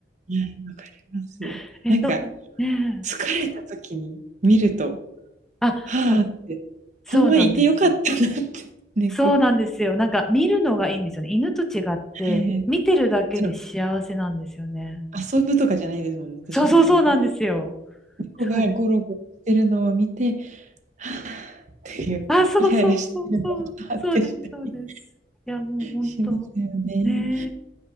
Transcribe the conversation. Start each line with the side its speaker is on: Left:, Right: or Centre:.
Right: い、わかります。
Centre: <laughs> えっと、
Right: なんか、
Centre: ねえ。
Right: 疲れた時に見ると
Centre: あ、
Right: はあって、
Centre: そう、そうなんですよ。
Right: ほんまいてよかったなって、<laughs> 猫。
Centre: そうなんですよ。なんか見るのがいいんですよね。犬と違って、
Right: ええ。
Centre: 見てるだけで幸せなんですよね。
Right: その、遊ぶとかじゃないですもんね、どちらかというと。
Centre: そうそうそうなんですよ。
Right: 猫がゴロゴロしてるのを見て、
Centre: そうです。
Right: はあっていう、
Centre: あ、そうそうそうそう。
Right: イライラしてるのをはあってしたり
Centre: そうです、そうです。いや、もう本当、
Right: しますよね。
Centre: ね